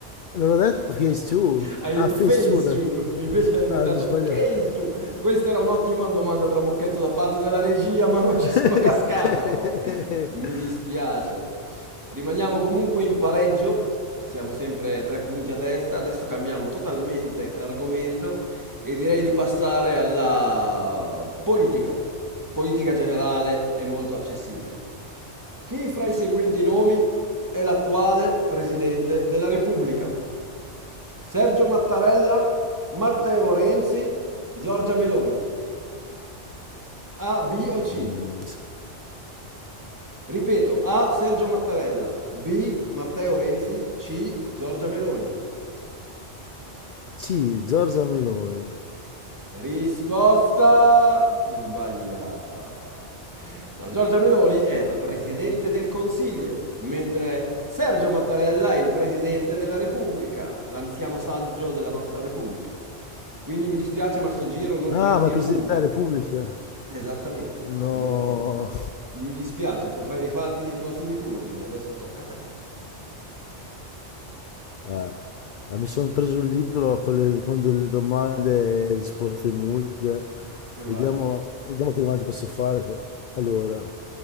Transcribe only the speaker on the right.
Hai detto
face
you, <laughs> invece hai inventato
case you. Questa era un'ottima domanda trabocchetto da parte della regia, ma non ci
sono cascato. Mi dispiace. Rimaniamo comunque in pareggio. Siamo sempre a tre punti a testa. Adesso cambiamo totalmente argomento e direi di passare alla politica. Politica generale è molto accessibile. Chi fra i seguenti nomi è l'attuale presidente della Repubblica? Sergio Mattarella, Matteo Renzi, Giorgia Meloni. A, B o C?
Ripeto, A Sergio Mattarella, B Matteo Renzi, C Giorgia Meloni.
Risposta sbagliata. La Giorgia Meloni è la Presidente del Consiglio, mentre Sergio Mattarella è il Presidente della Repubblica, l'anziano saggio della nostra Repubblica. Quindi mi dispiace, ma sto giro non
prendi
il
punto.
Esattamente,
esattamente. Mi dispiace, potrai rifarti nei prossimi turni, adesso tocca a te.
E vai,